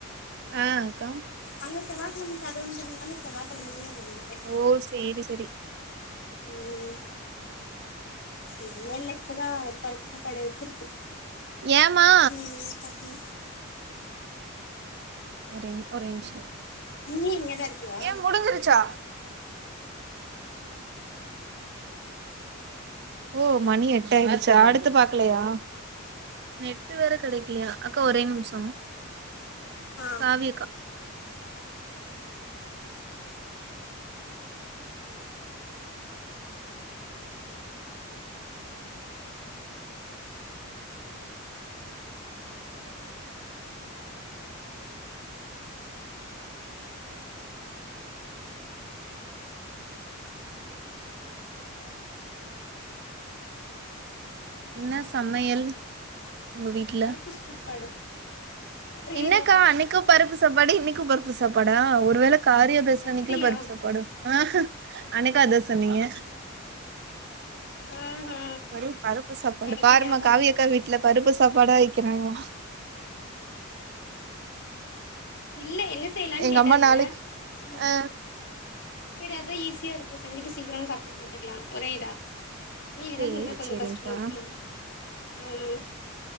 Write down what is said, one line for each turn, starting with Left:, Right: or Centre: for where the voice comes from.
Right: ஆ அக்கா
Left: அங்க செவ்வாகிழமை ஷாடௌன்ங்குறதுனால செவ்வாகிழமையே வந்துட்டே
Right: ஓ செரி செரி
Left: ம் இல்ல இல்ல இப்பதா பருப்பு சாப்பாடு வச்சிருக்கு
Right: ஏமா
Left: இனிமே தா சாப்புனு
Right: ஒரே ஒரே நிம்ஷ
Left: நீ இங்கதா இருக்கியா
Right: ஏன் முடிஞ்சிருச்சா ஓ மணி எட்டு ஆயிடுச்சா அடுத்து பாக்கலையா நெட்டு வேற கடைக்கிலியா அக்கா ஒரே நிம்ஷ
Left: ஆ
Right: காவியா அக்கா இன்ன சமையல் உங்க வீட்ல
Left: பருப்பு சாப்பாடு ஒரே
Right: இன்னெக்கா
Left: இதா போட்டாச்சு
Right: அன்னைக்கு பருப் இது சாப்பாடு இன்னைக்கு பர்த்து சாப்பாடா ஒர் வேள காரியா பேசுறனைக்ல
Left: அப்படியா
Right: பருப் சாப்பாடோ ஆஹா அன்னைக்கு அதா சொன்னீங்க
Left: ஆஹா
Right: ஒரே பருப்பு சாப்பாடு
Left: எனக்கே
Right: பாரும்மா
Left: ஞாபகம்
Right: காவியக்கா
Left: இல்ல
Right: வீட் ட்ல பருப்பு சாப்பாடா வைக்கிறாங்லா
Left: இல்ல என்ன செய்லான்
Right: எங்க
Left: கேட்டாங்க
Right: அம்மா நாளைக்கு
Left: சேர்
Right: ஆ
Left: சரி அதா ஈஸியா இருக்கு செஞ்சிட்டு சீக்கிரமா சாப்ட்டு படுத்துக்லா ஒரே இதா மீதில்லா
Right: சேரி
Left: செஞ்சா கொஞ்சோ
Right: சேரிங்க்கா
Left: கஷ்டமா இர்க்குமான் அதனால்